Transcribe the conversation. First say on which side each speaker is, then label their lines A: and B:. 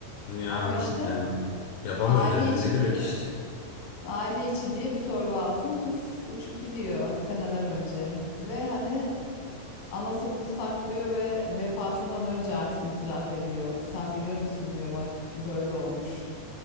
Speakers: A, on the left; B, on the left.
A: Ya
B: Ama işte
A: ya. Yapamıyorsun
B: aile
A: elden
B: içi
A: ne geliyor
B: diye
A: ki işte.
B: Aile içi diye bir torba altın puf uçup gidiyor seneler önce. Ve hani Anası bunu saklıyor ve vefatından önce artık itiraf ediyor. Sen biliyor musun diyor bak böyle olmuş.